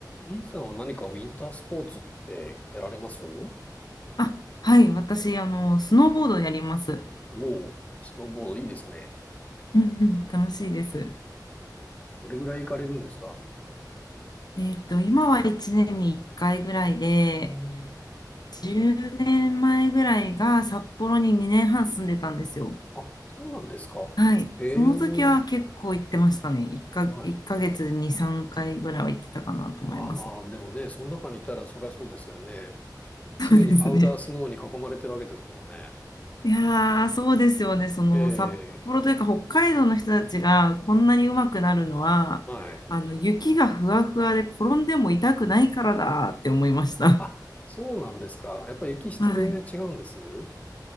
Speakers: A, on the left; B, on the left.
A: E さんは何かウィンタースポーツってやられますお
B: あ、はい、私、あの、スノーボードやります。
A: おう、スノーボードいいですね。
B: うんうん、楽しいです。
A: どれぐらい行かれるんですか
B: えっと、今は1年に1回ぐらいで、
A: うーん。
B: 10年前ぐらいが札幌に2年半住んでたんですよ。
A: あ、そうなんですか。
B: はい。
A: へえ、
B: その時は結構行ってましたね。1か、
A: はい。
B: 1ヶ月に3回ぐらいは行ってたかなと思います。
A: あ、まあ、でもね、その中にいたらそりゃそうですよね。常にパウダースノーに囲まれてるわけですもんね。
B: そうですね。いやー、そうですよね。その札幌というか北海道の人たちがこんなに上手くなるのは、
A: ええ、はい。
B: あの雪がふわふわで転んでも痛くないからだって思いました。
A: あ、そうなんですか。やっぱり雪質全然違うんです
B: <laughs> はい。